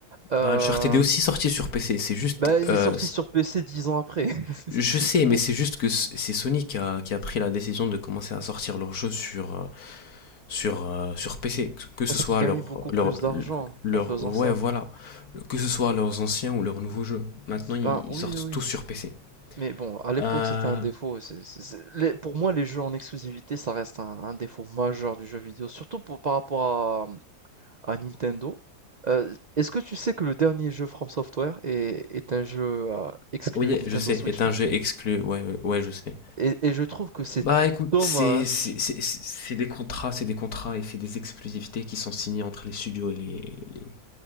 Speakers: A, on the right (about 80°); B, on the left (about 70°).
A: Euh,
B: bah Uncharted est aussi sorti sur PC. C'est juste,
A: bah, ils
B: euh,
A: sortent
B: c-
A: sur PC dix ans après. <laughs> C'est
B: je sais,
A: fou.
B: mais c'est juste que c- c'est Sony qui a, qui a pris la décision de commencer à sortir leurs jeux sur euh, sur euh, sur PC, que ce
A: Parce
B: soit
A: qu'ils gagnaient
B: leur
A: beaucoup plus
B: leur
A: d'argent
B: leur
A: en faisant
B: ouais
A: ça.
B: voilà, que ce soit leurs anciens ou leurs nouveaux jeux. Maintenant ils,
A: Ben
B: ils
A: oui,
B: sortent
A: oui.
B: tous sur PC.
A: Mais bon, à l'époque,
B: Euh,
A: c'était un défaut. C'est, c'est- c'est- les- pour moi, les jeux en exclusivité, ça reste un, un défaut majeur du jeu vidéo, surtout pour- par rapport à, à Nintendo. Euh, est-ce que tu sais que le dernier jeu From Software est, est un jeu euh, exclu
B: Oui,
A: Nintendo
B: je sais,
A: Switch
B: est un
A: 2?
B: jeu exclu, ouais, ouais, ouais, je sais.
A: Et, et je trouve que c'est
B: Bah écoute,
A: dommage
B: c'est c'est- c'est- c'est- c'est des contrats, c'est des contrats et c'est des exclusivités qui sont signées entre les studios et les, les,